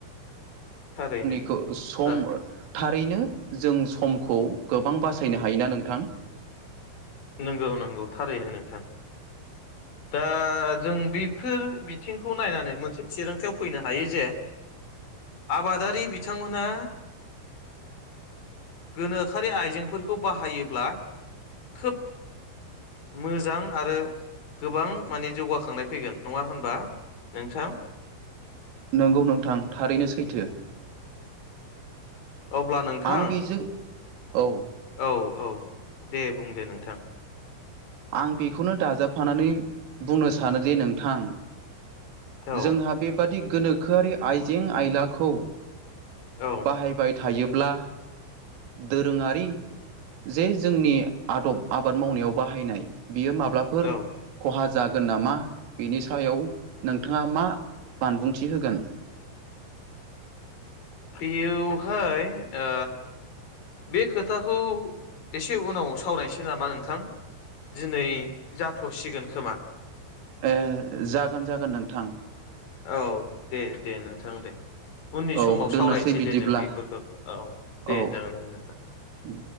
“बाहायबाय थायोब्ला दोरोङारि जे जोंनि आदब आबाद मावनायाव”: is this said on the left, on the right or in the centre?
Right